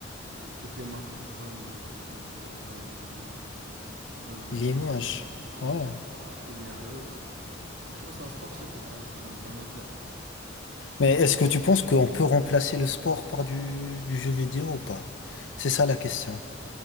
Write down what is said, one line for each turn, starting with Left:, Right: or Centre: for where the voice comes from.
Right: et toutes les marques veulent, veulent, veulent, veulent
Left: L'image.
Right: qu'il soit, qu'il soit
Left: Ouais.
Right: affilié à eux. Donc, je sais pas, c'est un sportif, littéralement, c'est un, c'est un athlète.
Left: Mais est-ce que tu penses qu'on peut remplacer le sport par du, du jeu vidéo ou pas? C'est ça la question.